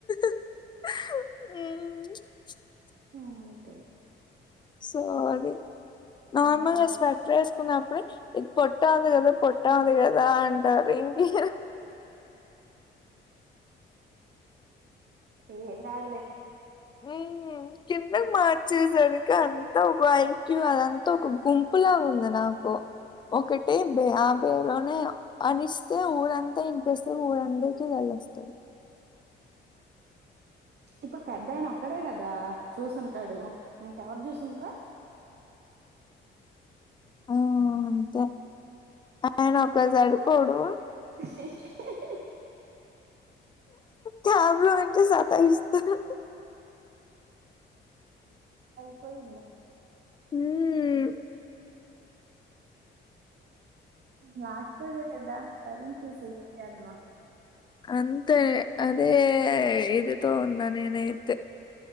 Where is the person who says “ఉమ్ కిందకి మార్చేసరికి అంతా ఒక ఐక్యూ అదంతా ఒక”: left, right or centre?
Left